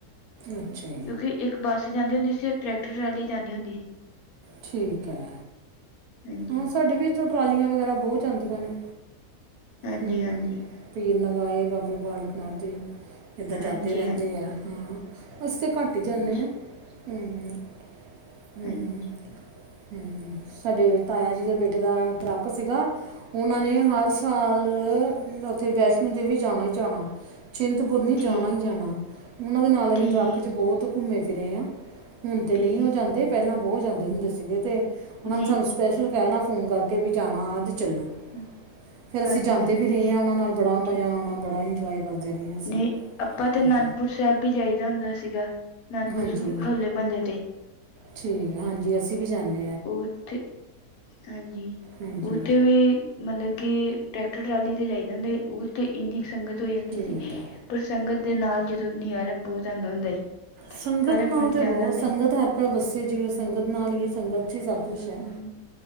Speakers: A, on the right; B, on the left.
A: ਅੱਛਾ ਜੀ,
B: ਕਿਉਂਕਿ ਇੱਕ ਬੱਸ ਜਾਂਦੀ ਹੁੰਦੀ ਸੀ ਇੱਕ ਟਰੈਕਟਰ ਟਰਾਲੀ ਜਾਂਦੀ ਹੁੰਦੀ ਸੀ।
A: ਠੀਕ ਐ।
B: ਹਾਂਜੀ
A: ਹਾਂ ਸਾਡੇ ਵੀ ਇੱਥੋਂ ਟਰਾਲੀਆਂ ਵਗੈਰਾ ਬਹੁਤ ਜਾਂਦੀਆਂ ਨੇ
B: ਹਾਂਜੀ
A: ਹਮ
B: ਹਾਂਜੀ
A: ਭ ਇਨਾ ਗਏ ਇਹ ਬਾਬੇ ਬਾਲਕ ਨਾਥ ਤੇ ਏਦਾਂ
B: ਹਾਂਜੀ
A: ਜਾਦੇ ਰਹਿੰਦੇ ਆ ਹਮ ਅਸੀਂ ਘੱਟ
B: ਹਾਂਜੀ
A: ਹੀ ਜਾਨੇ ਹਾਂ ਹਮ ਹਮ
B: ਹਾਂਜੀ
A: ਹਮ ਸਾਡੇ ਤਾਇਆ ਜੀ ਦੇ ਬੇਟੇ ਦਾ ਟਰੱਕ ਸੀਗਾ ਉਹਨਾਂ ਨੇ ਹਰ ਸਾਲ ਉੱਥੇ ਵੈਸ਼ਨੋ ਦੇਵੀ ਜਾਣਾ ਹੀ ਜਾਣਾ ਚਿੰਤਪੁਰਨੀ ਜਾਣਾ
B: ਠੀਕ
A: ਹੀ ਜਾਣਾ ਉਹਨਾਂ ਦੇ ਨਾਲ ਅਸੀਂ
B: ਠੀਕ
A: ਟਰੱਕ 'ਚ ਬਹੁਤ ਘੁੰਮੇ ਫਿਰੇ ਹਾਂ ਹੁਣ ਤਾਂ
B: ਠੀਕ
A: ਨਹੀਂ ਓਹ ਜਾਂਦੇ ਪਹਿਲਾਂ ਬਹੁਤ ਜਾਂਦੇ ਹੁੰਦੇ ਸੀਗੇ ਅਤੇ ਉਹ
B: ਨਹੀਂ
A: <unintelligible> ਸਪੈਸ਼ਲ ਕਹਿਣਾ ਫੋਨ ਕਰਕੇ ਵੀ ਜਾਣਾ ਆ ਅਜ ਚੱਲੋ
B: ਅ-
A: ਫਿਰ ਅਸੀਂ
B: ਹਾਂਜੀ
A: ਜਾਂਦੇ
B: ਹਾਂਜੀ
A: ਵੀ ਰਹੇ ਹਾਂ ਉਹਨਾਂ ਨਾਲ ਬੜਾ ਮਜ਼ਾ
B: ਠੀਕ
A: ਆਉਣਾ ਬੜਾ ਇੰਜੋਏ ਕਰਦੇ ਰਹੇ ਅਸੀ
B: ਨਹੀਂ ਆਪਾਂ ਤੇ ਅਨੰਦਪੁਰ
A: ਹਾਂ
B: ਸਾਹਿਬ ਵੀ ਜਾਈਦਾ ਹੁੰਦਾ ਸੀਗਾ ਅਨੰਦਪੁਰ
A: ਹਾਂਜੀ
B: ਹੋਲੇ ਮਹੱਲੇ ਤੇ
A: ਠੀਕ ਹਾਂਜੀ ਅਸੀਂ ਵੀ ਜਾਂਦੇ ਆਂ
B: ਉੱਥੇ ਹਾਂਜੀ
A: ਹਾਂਜੀ
B: ਉੱਥੇ ਵੀ ਮਤਲਬ ਕਿ ਟਰੈਕਟਰ ਟਰਾਲੀ ਤੇ ਜਾਈਦਾ ਹੁੰਦਾ ਉਸਤੇ ਤੇ ਇੰਨੀ ਕੁ ਸੰਗਤ ਹੋ ਜਾਂਦੀ
A: ਠੀਕ
B: ਸੀ
A: ਹੈ
B: ਪਰ ਸੰਗਤ ਦੇ ਨਾਲ ਜਦੋਂ ਨਜਾਰਾ ਬਹੁਤ ਆਉਂਦਾ ਹੁੰਦਾ
A: ਸੰਗਤ
B: ਸਾਰਾ
A: ਨਾਲ
B: ਪਿੰਡ
A: ਤਾਂ
B: ਜਾਂਦਾ
A: ਬਹੁਤ
B: ਹੁੰਦਾ
A: ਸੰਗਤ
B: ਸੀ
A: ਹਰ ਪ੍ਰਭ ਵਸੈ ਜੀਓ
B: ਹਮ,
A: ਸੰਗਤ ਨਾਲ ਹੀ ਹੈ ਸੰਗਤ 'ਚ ਹੀ ਸਭ ਕੁਛ ਹੈ
B: ਹਮ